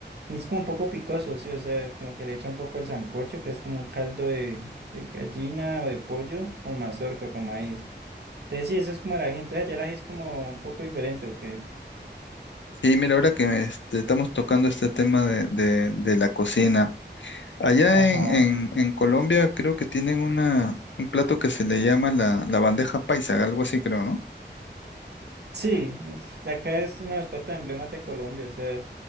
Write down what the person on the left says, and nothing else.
sí mira, ahora que este, estamos tocando este tema de, de- de la cocina, allá
en, en- en Colombia creo que tienen una, un plato que se le llama la, la bandeja paisa, algo así creo, ¿no?